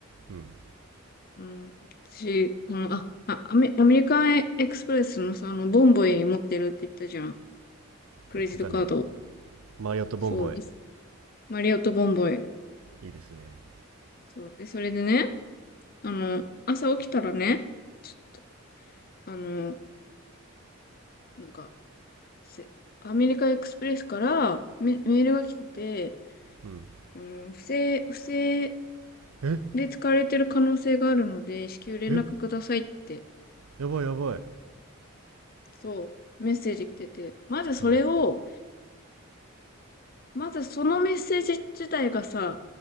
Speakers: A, on the right; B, on the left.
A: うん
B: うん、私、この、あ、あ、アメ、アメリカンエクスプレスのさ、あの、ボンボイ持ってるって言ったじゃん。クレジットカード。
A: 言ってたねマリオットボンボイ
B: そうです。マリオットボンボイ。
A: いいですね
B: そう。で、それでね、あの、朝起きたらね、ちょっと、あの、なんか、せアメリカンエクスプレスからメ、メールが来てて、
A: うん
B: あの、不正、不正
A: え
B: で使われてる可能性があるので、至急連絡くださいって、
A: えやばいやばい。
B: そう、メッセージ来てて、まずそれを、
A: うん。
B: まずそのメッセージ自体がさ、